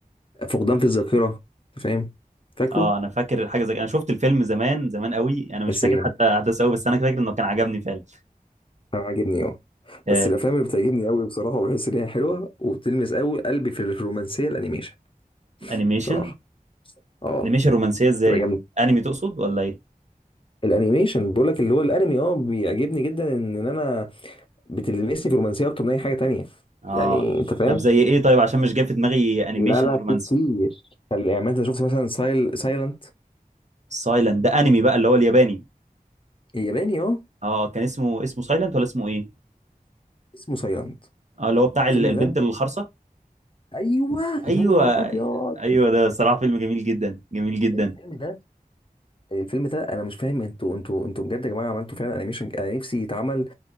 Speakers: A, on the left; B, on the right.
A: فقدان في الذاكره أنت فاهم فاكره
B: اه انا فاكر حاجه زي انا شفت الفيلم زمان زمان قوي انا مش
A: بس
B: فاكر
A: جامد
B: حتى احداثه قوي بس انا فاكر انه كان عجبني فعلا
A: انا عاجبني اه
B: آه،
A: بس الافلام اللي بتعجبني قوي بصراحه وبحس ان هي حلوه وبتلمس قوي قلبي في الرومانسيه الانيميشن
B: الانيميشن
A: بصراحه اه
B: انيميشن رومانسيه ازاي
A: تبقى جامده
B: انمي تقصد ولا ايه
A: الانيميشن بقول لك اللي هو الانمي اه بيعجبني جدا ان إن انا بتلمسني في الرومانسيه اكتر من اي حاجه تانية
B: اه
A: يعني انت فاهم
B: طب زي ايه طيب عشان مش جاي في دماغي انيميشن
A: لا لا
B: رومانسي
A: في كتير طب يعني ما انت شفت مثلا سايل سايلنت
B: سايلنت ده انمي بقى اللي هو الياباني
A: الياباني اه
B: اه كان اسمه اسمه سايلنت ولا اسمه ايه
A: اسمه سايلنت
B: اه اللي هو بتاع
A: الفيلم
B: ال- البنت
A: ده
B: الخرصه
A: ايوه
B: ايوه
A: يا نهار ابيض
B: ايوه ده صراحه فيلم جميل جدا جميل جدا
A: الفيلم ده الفيلم ده انا مش فاهم انتوا انتوا انتوا بجد يا جماعه عملتوا فعلا انيميشن انا نفسي يتعمل